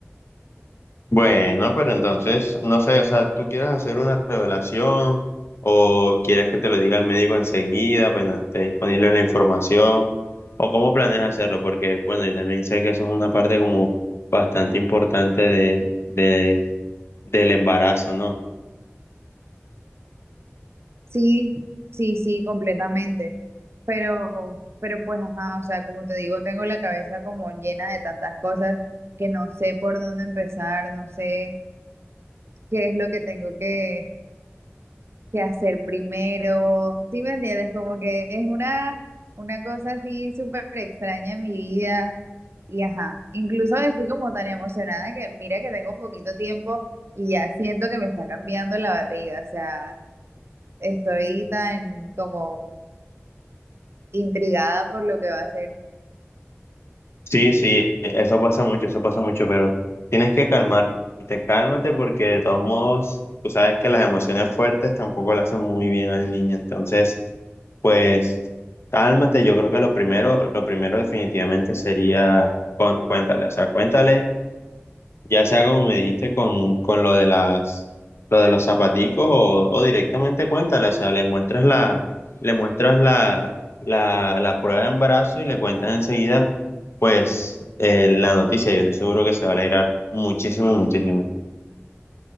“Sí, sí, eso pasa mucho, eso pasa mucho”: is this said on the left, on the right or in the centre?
Left